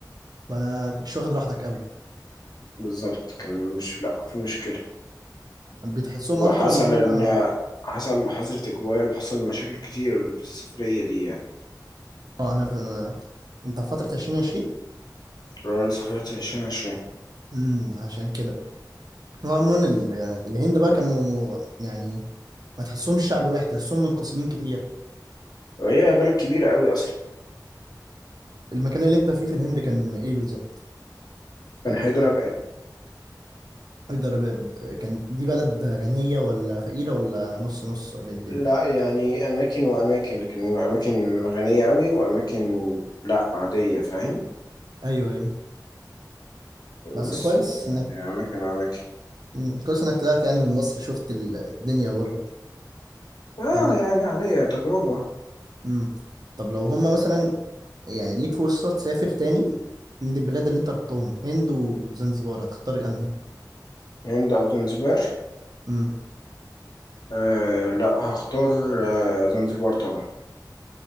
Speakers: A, on the right; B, on the left.
A: ما انا كنتش واخد راحتك قوي
B: بالظبط كان مش لا في مشكلة
A: بتحسهم
B: وحصل
A: اكتر ان هم
B: إن
A: اه
B: حصل حظر تجوال وحصل مشاكل كتير في السفرية دي يعني
A: اه انا في... انت في فترة 2020
B: أنا سافرت 2020
A: امم عشان كده هو عموما ال... الهند بقى كانوا يعني ما تحسهمش شعب واحد تحسهم منقسمين كتير
B: وهي بلد كبيرة قوي أصلا
A: المكان اللي انت فيه في الهند كان ايه بالظبط
B: كان حيدراباد
A: هيدرباد كانت دي بلد غنية ولا فقيرة ولا نص نص ولا ايه الدنيا
B: لا يعني أماكن وأماكن كان أماكن غنية أوي وأماكن لا عادية فاهم
A: ايوه ايوه بس
B: بس
A: كويس
B: يعني
A: انك
B: أماكن وأماكن
A: مم، كويس انك طلعت يعني من مصر شفت الدنيا بره
B: آه
A: طب
B: يعني عادية تجربة
A: امم طب لو هم مثلا يعني ليك فرصة تسافر تاني من البلاد اللي انت رحتهم هند وزنزبار هتختار انهي
B: هند أو زنزبار
A: امم
B: آه لا هختار آه زنزبار طبعا